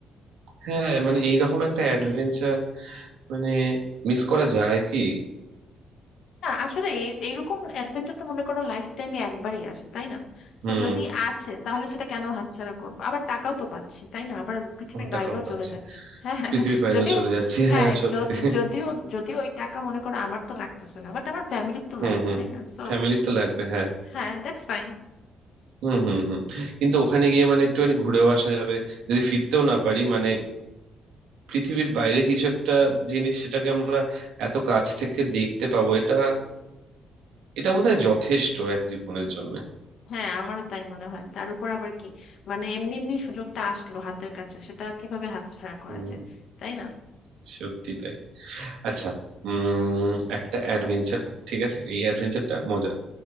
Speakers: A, on the right; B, on the left.
A: হ্যাঁ
B: আচ্ছা
A: মানে এইরকম একটা অ্যাডভেঞ্চার মানে মিস করা যায় কি
B: না আসলে এই- এইরকম অ্যাডভেঞ্চার তো মনে করো লাইফ টাইমে একবারই আসে তাই না তো
A: হুম
B: যদি আসে তাহলে সেটা কেন হাতছাড়া করবো আবার টাকাও তো পাচ্ছি তাই না আবার পৃথিবীর
A: আমার টাকাও
B: বাইরেও
A: পাচ্ছে
B: চলে যাচ্ছি হ্যাঁ
A: পৃথিবীর বাইরেও
B: যদিও
A: চলে যাচ্ছি
B: হ্যাঁ
A: হ্যাঁ সত্যি
B: যদি যদিও যদিও ওই টাকা মনে করো আমার তো লাগতেছে না বাট আমার ফ্যামিলির তো
A: হুম
B: লাগবে
A: হুম
B: তাই না সো
A: ফ্যামিলি তো লাগবে হ্যাঁ
B: হ্যাঁ দ্যাটস ফাইন
A: হুম হুম হুম কিন্তু ওখানে গিয়ে মানে একটুখানি ঘুরেও আসা যাবে যদি ফিরতেও না পারি মানে পৃথিবীর বাইরে কিছু একটা জিনিস সেটাকে আমরা এত কাছ থেকে দেখতে পাবো এটা এটা বোধহয় যথেষ্ট এক জীবনের জন্য
B: হ্যাঁ আমারও তাই মনে হয় তার উপর আবার কি মানে এমনি এমনি সুযোগটা আসলো হাতের কাছে সেটা কিভাবে হাতছাড়া করা
A: হুম
B: যায় তাই না
A: সত্যি তাই আচ্ছা উম একটা অ্যাডভেঞ্চার ঠিক আছে এই অ্যাডভেঞ্চারটা মজার